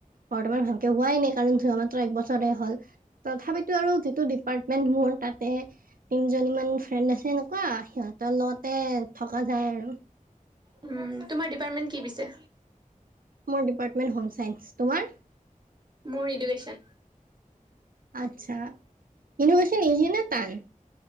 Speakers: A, on the right (about 85°); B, on the right (about 30°).
A: বৰ্তমান ভালকে হোৱাই নাই কাৰণ আমাক এক বছৰে হ'ল তথাপিতো আৰু যিটো ডিপাৰ্টমেন্ট মোৰ তাতে তিনিজনীমান ফ্ৰেণ্ড আছে এনেকুৱা সিহঁত তলতে থকা যায় আৰু
B: উম তোমাৰ ডিপাৰ্টমেণ্ট কি পিছে
A: মোৰ ডিপাৰ্টমেণ্ট হোম চাইন্স তোমাৰ
B: মোৰ ইডুকেশ্যন
A: আচ্ছা ইন'ভেশন ইঞ্জিনিয়াৰটান